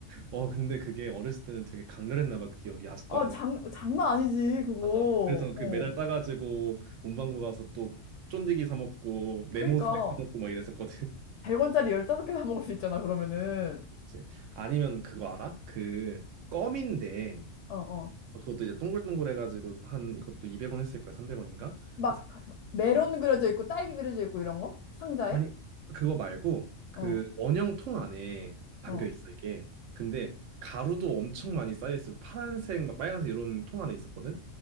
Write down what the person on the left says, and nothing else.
어,
장,
장난 아니지, 그거.
어.
그러니까,
100원짜리 15개 사 먹을 수 있잖아, 그러면은.
어, 어.
막,
메론 그려져 있고, 딸기 그려져 있고, 이런 거? 상자에?
어,
어.